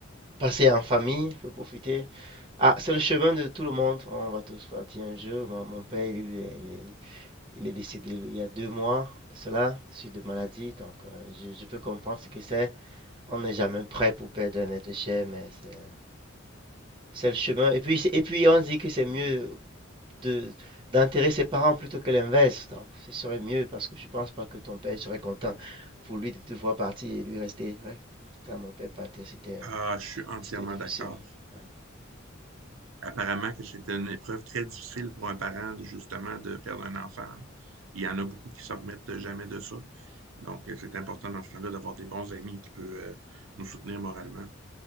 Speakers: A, on the right; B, on the right.
A: passés en famille. Faut profiter. Ah, c'est le chemin de tout le monde. On va tous partir un jour. Mon, mon père, lui, il est, Il est décédé il y a deux mois de cela, suite de maladie. Donc, euh, je, je peux comprendre ce que c'est. On n'est jamais prêt pour perdre un être cher, mais c'est c'est le chemin. Et puis, et puis, on dit que c'est mieux de d'enterrer ses parents plutôt que l'inverse. Donc, ce serait mieux parce que je pense pas que ton père serait content pour lui de te voir partir et lui rester. Ouais. Quand mon père partait, c'était euh,
B: Ah, je suis entièrement
A: c'était difficile.
B: d'accord.
A: Ouais.
B: Apparemment que c'était une épreuve très difficile pour un parent, de- justement, de perdre un enfant. hein. Il y en a beaucoup qui ne se remettent jamais de ça. Donc, euh, c'est important dans ce temps-là d'avoir des bons amis qui peuvent euh, nous soutenir moralement.